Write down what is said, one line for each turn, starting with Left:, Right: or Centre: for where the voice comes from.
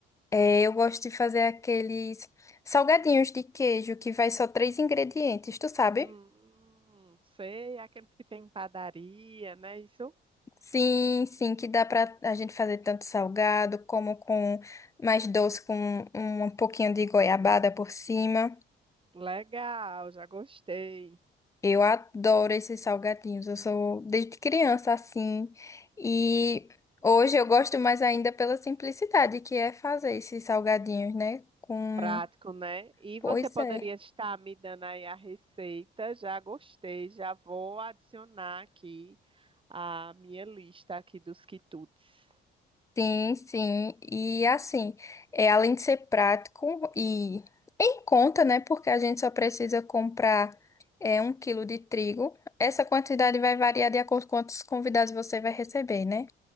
Left: é, eu gosto de fazer aqueles salgadinhos de queijo que vai só três ingredientes, tu sabe?
Right: Hum, sei, aqueles que tem padaria, né? Isso,
Left: Sim, sim, que dá pra a gente fazer tanto salgado como com mais doce com um um pouquinho de goiabada por cima.
Right: legal, já gostei.
Left: Eu adoro esses salgadinhos. Eu sou desde criança assim. E hoje eu gosto mais ainda pela simplicidade que é fazer esses salgadinhos, né? Com.
Right: Prático, né? E
Left: Pois
Right: você poderia
Left: é.
Right: estar me dando aí a receita. Já gostei, já vou adicionar aqui a minha lista aqui dos quitutes.
Left: Sim, sim. E assim, é, além de ser prático e em conta, né? Porque a gente só precisa comprar é, um quilo de trigo. Essa quantidade vai variar de acordo com quantos convidados você vai receber, né?